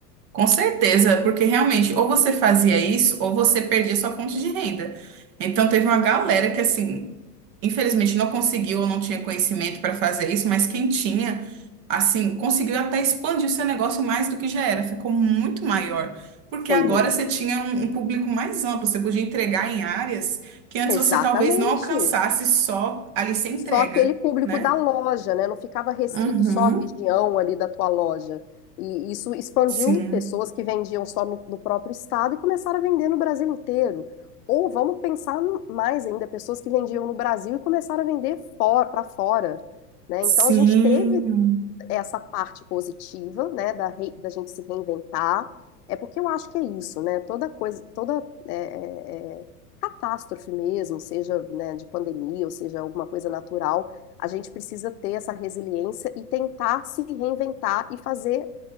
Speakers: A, on the right; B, on the left.
A: Com certeza, porque realmente ou você fazia isso ou você perdia sua fonte de renda. Então teve uma galera que assim, infelizmente não conseguiu ou não tinha conhecimento para fazer isso, mas quem tinha, assim, conseguiu até expandir o seu negócio mais do que já era, ficou muito maior. Porque
B: Foi
A: agora
B: mesmo.
A: você tinha um, um público mais amplo, você podia entregar em áreas que antes
B: Exatamente.
A: você talvez não alcançasse só ali sem
B: Só
A: entrega,
B: aquele público
A: né?
B: da loja, né? Não ficava restrito
A: Uhum.
B: só à região ali da tua loja. E isso expandiu
A: Sim.
B: pessoas que vendiam só no, no próprio estado e começaram a vender no Brasil inteiro. Ou vamos pensar no- mais ainda, pessoas que vendiam no Brasil e começaram a vender fora, para fora, né? Então
A: Sim.
B: a gente teve essa parte positiva, né, da, re- da gente se reinventar. É porque eu acho que é isso, né? Toda coisa, toda é, é, é, catástrofe mesmo, seja, né, de pandemia, ou seja, alguma coisa natural, a gente precisa ter essa resiliência e tentar se reinventar e fazer